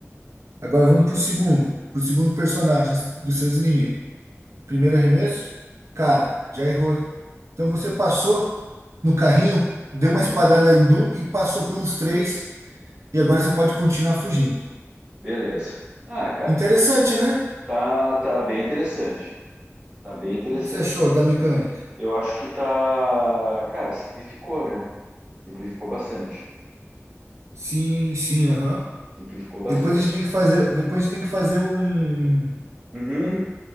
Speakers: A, on the right (about 70°); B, on the right (about 20°).
A: Agora vamos pro segundo, pro segundo personagem dos seus inimigos. Primeiro arremesso, cara, já errou. Então você passou no carrinho, deu uma
B: uhum,
A: espadada em um e passou pelos três, e agora você pode continuar fugindo.
B: beleza. Ah, cara,
A: Interessante, né? O
B: tá, tá bem interessante. Tá bem interessante.
A: que que você achou da mecânica?
B: Eu acho que tá. Cara, simplificou, né? Simplificou bastante.
A: Sim, sim, aham.
B: Simplificou bastante.
A: Depois a gente tem que fazer, depois a gente tem que fazer um,
B: Uhum.